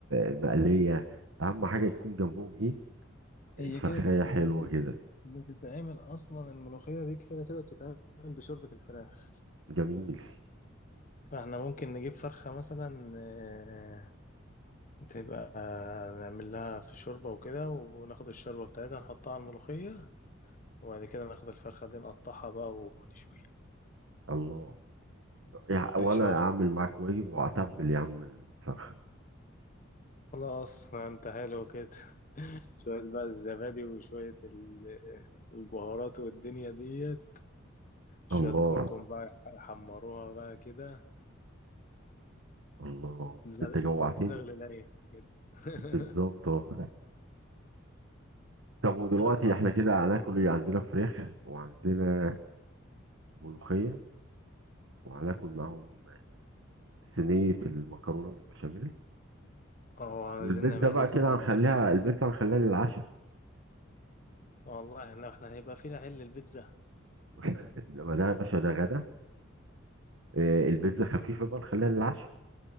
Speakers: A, on the right (about 70°); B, on the left (about 40°).
A: مقليه اهم حاجه يكون جنبهم ايه
B: هي
A: فرخايه
B: كده كده بتتعمل
A: حلوه كده
B: بتتعمل أصلا الملوخية دي كده كده بتتعمل بشوربة الفراخ
A: جميل
B: فاحنا ممكن نجيب فرخة مثلا آه، تبقى نعمل لها في شوربة وكده وناخد الشوربة بتاعتها نحطها على الملوخية وبعد كده ناخد الفرخة دي نقطعها بقى ونشويها
A: الله يع-
B: نشويها
A: وانا اعمل معاك واجب واعتبل يا عم الفرخه
B: خلاص انت حلو كده <laughs> شوية بقى الزبادي وشوية ال- البهارات والدنيا ديت شوية
A: الله
B: كركم بقى يح- يحمروها بقى كده
A: الله
B: زغ-
A: انت جوعتني
B: زغل العين كده <laughs>
A: بالظبط اه طب ودلوقتي
B: حب-
A: احنا كده هناكل ايه عندنا فراخ وعندنا ملوخية وهناكل معاهم صينية المكرونة بالبشاميل
B: اه عايزين
A: والبيتزا
B: نعمل
A: بقى
B: رز
A: كده
B: معمر
A: هنخليها البيتزا هنخليها للعشاء
B: والله احنا احنا هيبقى فينا حل البيتزا
A: <laughs> لما ده يا باشا ده غدا آه، البيتزا خفيفة بقى نخليها للعشاء